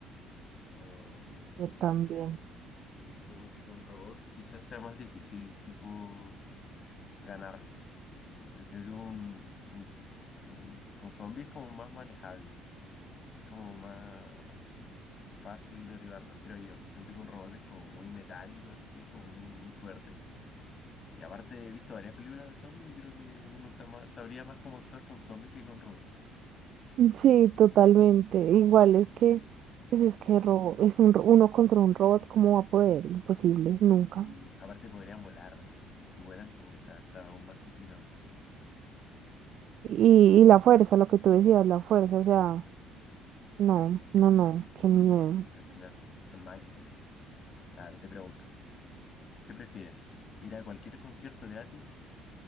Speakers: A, on the left; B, on the right.
A: O
B: Yo también.
A: sí, como que con robots quizás sea más difícil, tipo, ganarles. Pero creo que un, un- un- con zombies es como más manejable. Es como más fácil derribarlo, creo yo. Siento que un robot es como muy metálico, así, como muy, muy fuerte. Y aparte he visto varias películas de zombies y creo que uno está más, sabría más cómo actuar con zombies que con robots.
B: Sí, totalmente. Igual es que,
A: Y,
B: pues es que ro- es un, ro- uno contra un robot, ¿cómo va a poder? Imposible, nunca.
A: y aparte podrían volar y si vuelan como que está, está aún más complicado.
B: Y, y la fuerza, lo que tú decías, la fuerza, o sea, no, no, no,
A: Y-
B: qué miedo.
A: y Al final son máquinas. A ver, te pregunto, ¿qué prefieres? ¿Ir a cualquier concierto gratis,